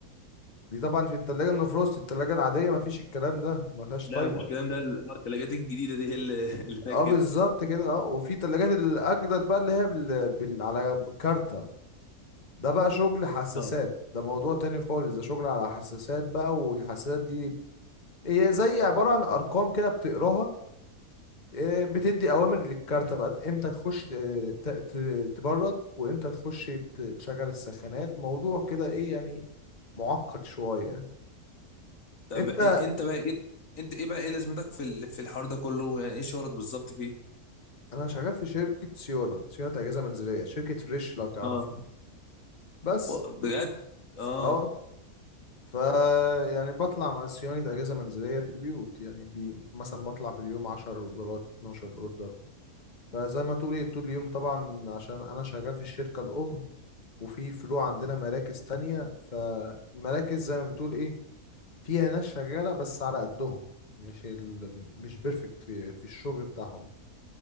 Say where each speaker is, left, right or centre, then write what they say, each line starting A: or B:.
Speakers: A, on the left; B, on the left.
A: دي طبعا في التلاجة النفروست التلاجة العادية مفيش الكلام ده مفيهاش
B: لا
A: تايمر
B: مفيش كلام ده ال- آه، الثلاجات الجديده دي هي اللي <laughs> اللي فيها
A: اه
B: كده
A: بالظبط كده اه وفي تلاجات الأجدد بقى اللي هي بال... بال... على كارتة ده بقى شغل حساسات
B: اه
A: ده موضوع تاني خالص ده شغل على حساسات بقى والحساسات دي هي زي عبارة عن أرقام كده بتقراها إيه، بتدي اوامر للكارتة بقى امتى تخش آه، ت- ت- تبرد وامتى تخش ت- تشغل السخانات موضوع كده ايه يعني معقد شوية
B: طب
A: انت
B: إيه انت بقى ايه انت ايه بقى ايه لازمتك في ال- في الحوار ده كله يعني ايه شغلك بالظبط فيه
A: انا شغال في شركة سيونا سيونا اجهزة منزلية شركة فريش لو تعرفها
B: اه
A: بس
B: و- بجد اه
A: اه اه ف يعني بطلع مع صيانة اجهزة منزلية في البيوت يعني بي مثلا بطلع في اليوم 10 اوردرات 12 اوردر فزي ما تقولي طول اليوم طبعا عشان انا شغال في الشركة الام وفي فروع عندنا مراكز تانية فالمراكز زي ما بتقول ايه فيها ناس شغالة بس على قدهم مش ال... مش بيرفكت في... في الشغل بتاعهم